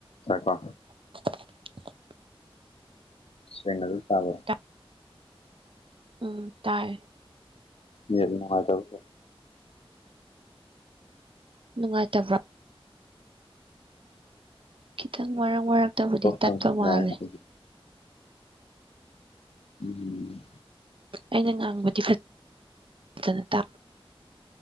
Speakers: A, on the left; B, on the right.
A: ꯉꯥꯏꯈꯣ
B: <inaudible>
A: ꯁꯦꯡꯅ ꯗꯨꯝ ꯇꯥꯕꯔꯣ
B: ꯇꯥ ꯎꯝ ꯇꯥꯏ
A: ꯅꯦꯠ ꯅꯨꯡꯉꯥꯏꯇꯕꯔꯥ ꯀꯩꯅꯣ
B: ꯅꯨꯡꯉꯥꯏꯇꯕ꯭ꯔꯣ ꯈꯤꯇꯪ ꯃꯔꯛ ꯃꯔꯛꯇꯕꯨꯗꯤ
A: ꯇꯣꯛꯄ
B: ꯇꯠꯄ ꯃꯥꯜꯂꯦ
A: ꯌꯥꯔꯦ ꯍꯥꯏꯗꯤ ꯎꯝ
B: ꯑꯩꯅ ꯉꯥꯡꯕꯗꯤ ꯐꯖ ꯐꯖꯅ ꯇꯥ